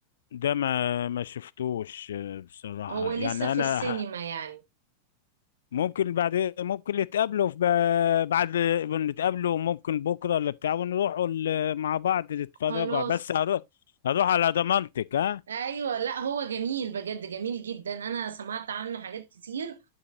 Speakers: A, on the left (about 65°); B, on the right (about 65°).
A: ده ما ما شفتوش آه، بصراحه
B: هو لسه
A: يعني
B: في
A: انا
B: السينما
A: ه-
B: يعني
A: ممكن بعد ممكن نتقابلوا في ب- بعد نتقابلوا ممكن بكره ولا بتاع ونروحوا ال- مع بعض نتفرجوا
B: خلاص
A: بس هروح هروح على ضمانتك ها
B: أيوة لا هو جميل بجد جميل جدا أنا سمعت عنه حاجات كتير